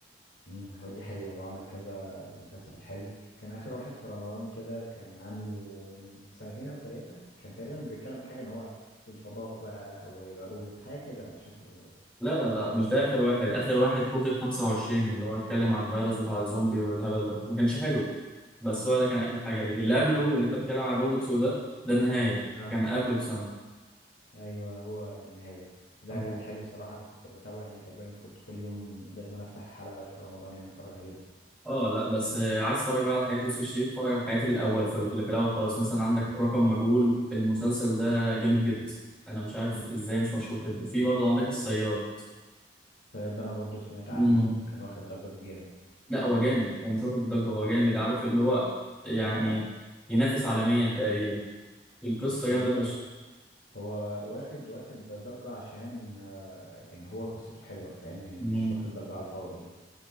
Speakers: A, on the left; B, in the centre.
A: مم، هو دي حقيقة هو عمل كذا مسلسل حلو كان آخر واحد في رمضان كده كان عامله من سنتين أو ثلاثة كان تقريبا بيتكلم حاجة إن هو في الفضاء بقى أو هيبقى روبوت حاجة كده مش فاكر
B: لا لا لا
A: مش فاكر
B: مش
A: كان
B: ده
A: اسمه
B: آخر واحد آخر واحد كوفيد 25 اللي هو اتكلم عن الفيروس بتاع الزومبي والهبل ده ما كانش حلو بس هو ده كان آخر حاجة ليه اللي قبله اللي أنت بتتكلم عن روبوتس وده ده النهاية
A: إيه. آه
B: كان قبله بسنة
A: أيوه هو النهاية ده ده
B: أو-
A: كان حلو صراحة أنا كنت بتابعه يعني تقريبا كنت كل يوم لازم أنا أفتح حلقة في رمضان يعني أتفرج عليه
B: اه لا بس آه، عايز تتفرج بقى على حياة يوسف شريف اتفرج على حياة الأول في اللي في الأول خالص مثلا عندك رقم مجهول المسلسل ده جامد جدا أنا مش عارف
A: مم.
B: إزاي مش مشهور كده وفي برضه عندك الصياد
A: فيض ده أنا برضو سمعت
B: مم.
A: عنه برضو كان واخد ضجة كبيرة
B: لا هو جامد هو مش واخد الضجة هو
A: آه
B: جامد عارف اللي هو يعني
A: آه آه.
B: ينافس عالميا تقريبا القصة
A: مم.
B: جامدة
A: أنا بقول
B: فشخ
A: هو واخد واخد ضجة عشان آه، يعني هو قصته حلوة فاهم يعني
B: مم.
A: مش واخد ضجة على الفاضي يعني